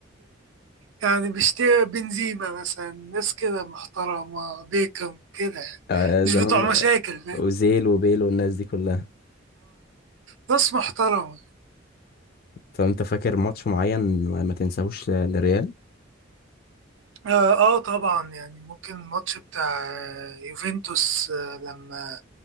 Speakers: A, on the right (about 70°); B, on the left (about 50°).
A: يعني بيشتري بنزيما مثلا ناس كده محترمة بيكم كده يعني.
B: آه
A: مش
B: زمان
A: بتوع
B: بقى
A: مشاكل فاهم
B: اوزيل وبيل والناس دي كلها
A: ناس محترمة
B: فانت فاكر ماتش معين ما ما تنساهوش للريال
A: آه, اه طبعا يعني ممكن الماتش بتاع آه، يوفنتوس آه لما